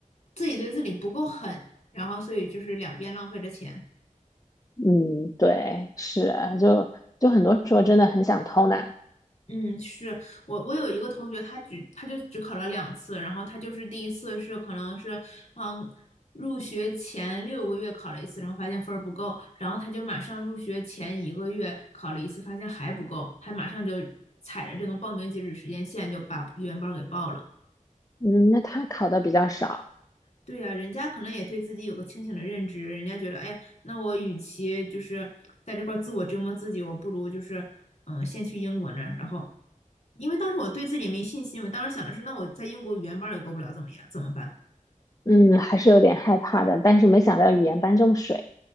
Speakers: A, on the left; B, on the left.
A: 自己对自己不够狠，然后所以就是两边浪费着钱。
B: 嗯，对，是，就就很多时候真的很想偷懒。
A: 嗯，是我，我有一个同学，他只他就只考了两次，然后他就是第一次是可能是，嗯，入学前六个月考了一次，然后发现分儿不够，然后他就马上入学前一个月考了一次，发现还不够，他马上就踩着这个报名截止时间线就把语言班儿给报了。
B: 嗯，那他考的比较少，
A: 对呀，人家可能也对自己有个清醒的认知，人家觉得，哎呀，那我与其就是在这块儿自我折磨自己，我不如就是嗯，先去英国那儿，然后，因为当时我对自己没信心，我当时想的是，那我在英国语言班儿也过不了，怎么样？怎么办？
B: 嗯，还是有点害怕的，但是没想到语言班这么水。